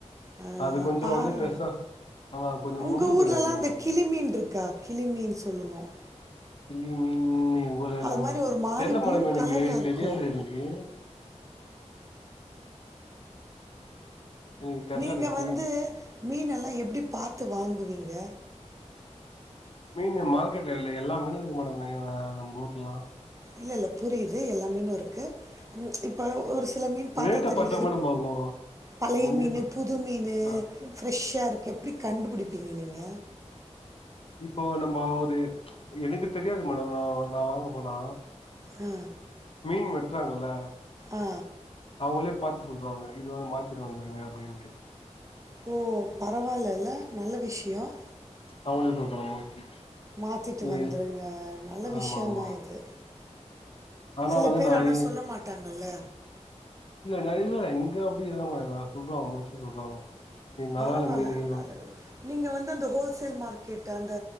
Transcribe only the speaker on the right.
ஆ,
பாறை
உங்க
ஊர்ல
எல்லாம்
இந்த
கிளிமீன் இருக்கா கிளிமீன் சொல்லுவோம்
அது
மாதிரி ஒரு மாதிரி
ப்ளூ
கலரில் இருக்கும்
நீங்க
வந்து
மீன்னெல்லாம் எப்படி பாத்து வாங்குவீங்க
இல்ல இல்ல புரியுது எல்லா மீனும் இருக்கு ம் இப்ப ஒரு சில மீன் பாத்தா
தெரியுல இது
பழைய
மீனு
புது மீனு
ஃப்ரெஷ்ஷா இருக்கு எப்படி கண்டுபிடிப் பிங்க நீங்க
ஆ
ஆ
ஓ பரவாயில ல நல்ல விஷயம்
மாத்திட்டு
வந்துருங்க நல்ல விஷயம்தான்
இது
சில
பேர்
ஆனா
சொல்ல மாட்டாங்கல்ல
பரவால்ல.
நல்ல நீங்க வந்து அந்த ஹோல்சேல் மார்க்கெட் அந்த